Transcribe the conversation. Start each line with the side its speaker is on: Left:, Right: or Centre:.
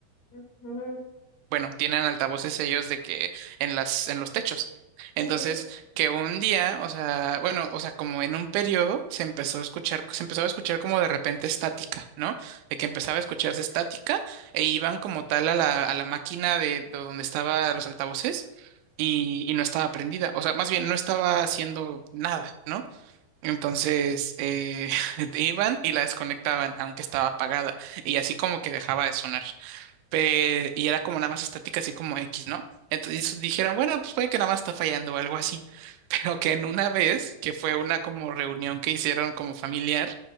Left: ujú,
Right: bueno, tienen altavoces ellos de que en las, en los techos. Entonces,
Left: sí, sí.
Right: que un día, o sea, bueno, o sea, como en un periodo se empezó a escuchar, se empezó a escuchar como de repente estática, ¿no? De que empezaba a escucharse estática e iban como tal a la, a la máquina de, de donde estaban los altavoces y, y no estaba prendida, o sea, más bien no estaba haciendo nada, ¿no? Entonces eh, <laughs> iban y la desconectaban, aunque estaba apagada, y así como que dejaba de sonar. Pe- y era como nada más estática, así como X, ¿no? Entonces dijeron, bueno, pues puede que nada más está fallando o algo así. <laughs> Pero que en una vez, que fue una como reunión que hicieron como familiar,